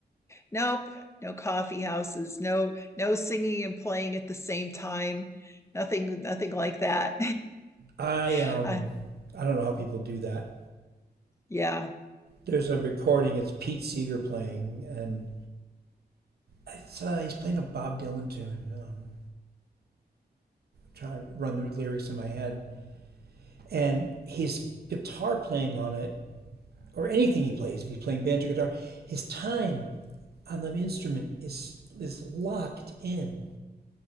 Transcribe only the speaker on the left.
nope no coffee houses no no singing and playing at the same time nothing nothing like that
<laughs>
I,
yeah